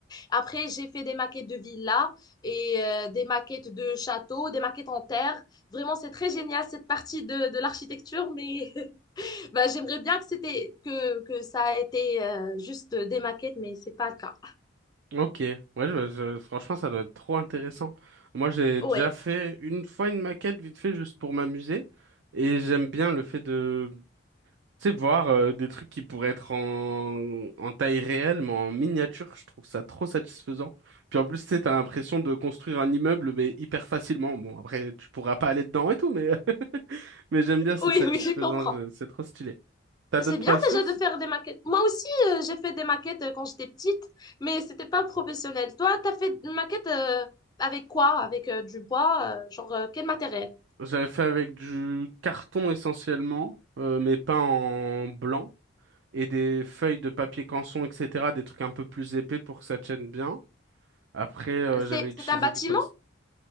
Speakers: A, on the left; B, on the right.
A: Après, j'ai fait des maquettes de villas et euh, des maquettes de châteaux, des maquettes en terre. Vraiment, c'est très génial cette partie de, de l'architecture, mais <laughs> bah, j'aimerais bien que c'était que, que ça a été euh, juste des maquettes, mais c'est pas le cas.
B: Ok, ouais, je- je- franchement, ça doit être trop intéressant. Moi, j'ai déjà
A: Ouais,
B: fait une fois une maquette vite fait juste pour m'amuser, et j'aime bien le fait de, tu sais, voir euh, des trucs qui pourraient être en, en taille réelle, mais en miniature. Je trouve ça trop satisfaisant. Puis en plus, tu sais, t'as l'impression de construire un immeuble, mais hyper facilement. Bon, après, tu pourras pas aller dedans et tout, mais <laughs> mais j'aime bien, c'est
A: oui,
B: satisfaisant,
A: oui, je comprends.
B: je- c'est trop stylé. T'as
A: C'est
B: d'autres
A: bien
B: passions?
A: déjà de faire des maquettes. Moi aussi, euh, j'ai fait des maquettes euh, quand j'étais petite, mais c'était pas professionnel. Toi, t'as fait une maquette euh, avec quoi? Avec euh, du bois, euh, genre euh, quel matériel?
B: J'avais fait avec du carton essentiellement, euh, mais peint en blanc, et des feuilles de papier canson, etc., des trucs un peu plus épais pour que ça tienne bien. Après, euh, j'avais
A: C'est,
B: utilisé
A: c'est un bâtiment?
B: du polystyrène.